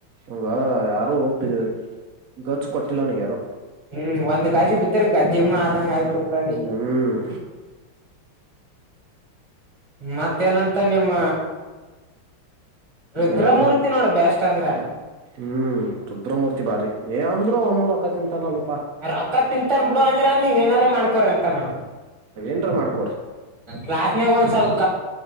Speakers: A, on the right; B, on the right.
A: ಹಂಗ ಯಾರು ಬ ಗಜ್ಜು ಕೊಟ್ಟಿಲ್ಲ ಅವನಿಗೆ ಯಾರು
B: ಹ್ಮ್ ಒಂದ್ ಗಜಿ ಬಿದ್ದ್ರ ಗಜ್ಜಿಮ್ಮ ಆದಂಗ ಆಗಬಿಡ್ತದ ನೀ
A: ಹ್ಮ್
B: ಮತ್ತೇನಂತ ನಿಮ್ಮ ರುದ್ರಮೂರ್ತಿ
A: ಯಾರು
B: ನೋಡ್ರಿ ಬಸ್ಟ್ ಅಂದ್ರ
A: ಹ್ಮ್ ರುದ್ರಮೂರ್ತಿ ಭಾರಿ ಏ ಅಂದ್ರು ಅವನುೂರು ರೊಕ್ಕ ತಿಂತಾನಲ್ಲ
B: ರೊಕ್ಕ ತಿಂತನ್ ಬಿಡು ಅಂದ್ರ ನೀವ್ ಏನಾರ ಮಾಡ್ಕೋರ ಅಂತಾನ
A: ಂಟ ಮಾಡ್ಕೋ
B: ಕ್ಾಸ್ಾಗ ಒಂದ್ರ್